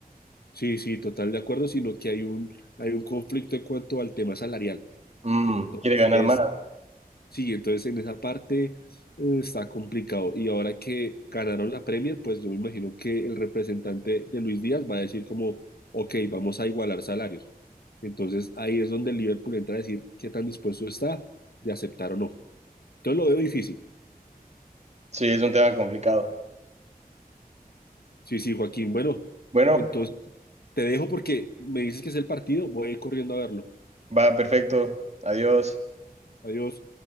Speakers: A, on the left; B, on the right.
A: Sí, sí, total de acuerdo, sino que hay un, hay un conflicto en cuanto al tema salarial.
B: Mm,
A: Entonces,
B: quiere ganar más.
A: sí, entonces en esa parte eh, está complicado. Y ahora que ganaron la Premier, pues yo me imagino que el representante de Luis Díaz va a decir como, ok, vamos a igualar salarios. Entonces ahí es donde el Liverpool entra a decir qué tan dispuesto está de aceptar o no. Entonces lo veo difícil.
B: Sí, es un tema complicado.
A: Sí, sí, Joaquín. Bueno,
B: Bueno,
A: entonces te dejo porque me dices que es el partido, voy a ir corriendo a verlo.
B: va perfecto. Adiós.
A: Adiós.